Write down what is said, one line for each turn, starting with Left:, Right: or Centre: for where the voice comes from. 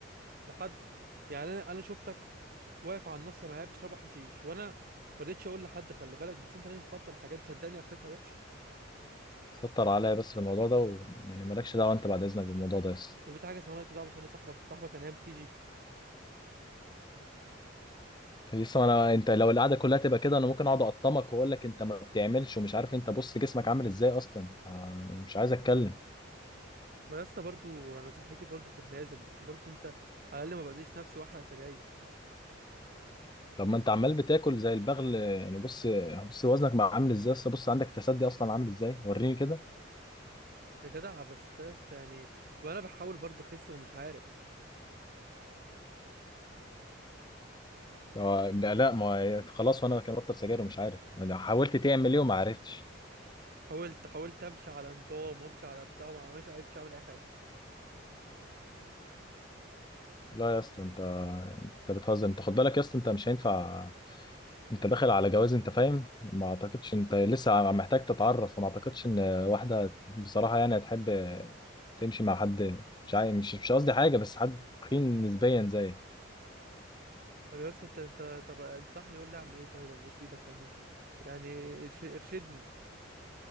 Right: لحد يعني انا انا شفتك واقف على الناصية معايا بتشربوا حشيش وانا ما رضيتش اقول لحد خلي بالك بس انت لازم تبطل الحاجات دي، صدقني اخرتها وحشة
Left: سطر عليا بس في الموضوع ده ويعني مالكش دعوه انت بعد اذنك بالموضوع ده يا اسطى
Right: وفي حاجة اسمها مالكش دعوة مش انا صاحبك صاحبك من ايام كي جي
Left: لسه ما انا انت لو القعده كلها تبقى كده انا ممكن اقعد اقطمك واقول لك انت ما بتعملش ومش عارف انت بص جسمك عامل ازاي اصلا آه، مش عايز اتكلم
Right: ما يا اسطى برضه انا صحتي برضه في النازل بس برضه انت على الاقل ما باذيش نفسي واحرق سجاير
Left: طب ما انت عمال بتاكل زي البغل يعني بص بص وزنك ما عامل ازاي اصلا بص عندك تسدي اصلا عامل ازاي وريني كده
Right: يا جدع بس ده يا اسطى يعني وانا بحاول برضه اخس ومش عارف
Left: هو- لا لا ما هو خلاص وانا كان بطل سجاير ومش عارف انا حاولت تعمل ايه وما عرفتش
Right: حاولت حاولت امشي على نظام وامشي على بتاع وما مش عرفتش اعمل اي حاجه
Left: لا يا اسطى انت انت بتهزر انت خد بالك يا اسطى انت مش هينفع انت داخل على جواز انت فاهم ما اعتقدش انت لسه عم- محتاج تتعرف وما اعتقدش ان واحده بصراحه يعني هتحب تمشي مع حد مش عاي... مش مش قصدي حاجه بس حد تخين نسبيا زيك
Right: طب يا اسطى انت انت طب انصحني قول لي اعمل ايه طيب ابوس ايدك يعني يعني إرش- ارشدني